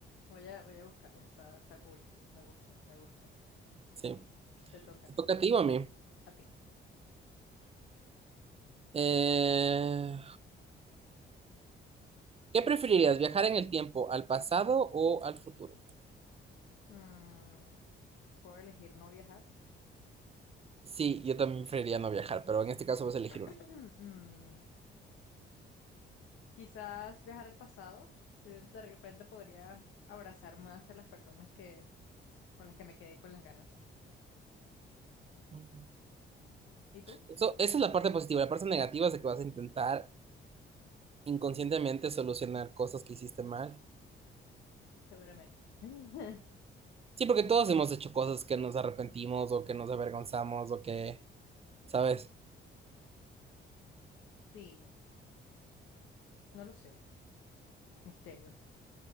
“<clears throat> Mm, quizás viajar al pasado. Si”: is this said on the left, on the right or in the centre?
Left